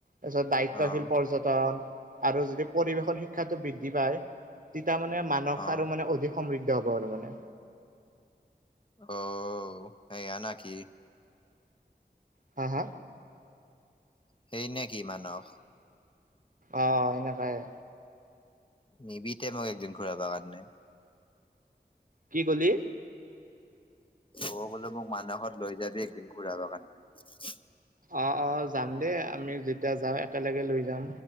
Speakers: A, on the right; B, on the left.
A: তাৰপিছত দায়িত্বশীল
B: অ',
A: পৰ্যটন আৰু যদি পৰিৱেশৰ শিক্ষাটো বৃদ্ধি পায়, তেতিয়া মানে মানস
B: অ',
A: আৰু মানে অধিক সমৃদ্ধ হ'ব আৰু মানে।
B: অ' এইয়া না কি?
A: হা - হা?
B: সেই নে কি মানস?
A: অ' এনেকায়ে।
B: নিবি তই মোক একদিন ঘুৰাবাৰ কাৰণে।
A: কি ক'লি?
B: মই কলো মোক মানসত লৈ যাবি একদিন ঘূৰাব কাৰণে।
A: অ' - অ' যাম দে। আমি যেতিয়া যাওঁ, একেলগে লৈ যাম।